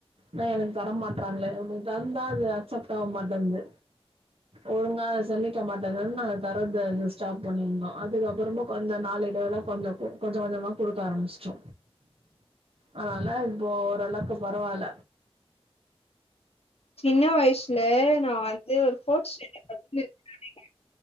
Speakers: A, on the right; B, on the left.
A: நா எனக்கு தர மாட்டறாங்களே உனக்கு தந்தா அது அப்செப்ட் ஆவ மாட்டேன்து ஒழுங்கா செமிக்க மாட்டது நா தர்றது அது ஸ்டாப் பண்ணியிருந்தோம் அதுக்கப்புறமா கொஞ்ச நாள் எடய்ல கொஞ்ச ம் கொஞ்ச கொஞ்சமா குடுக்க ஆரம்பிச்சிட்டோ ஆனால இப்போ ஒர் அளவ் கு பரவால
B: சின்ன வயிசுல நா வாய் து ஒரு போர் சிடன்டட் படிச்சுனு இருப்பேன் நெனகிறே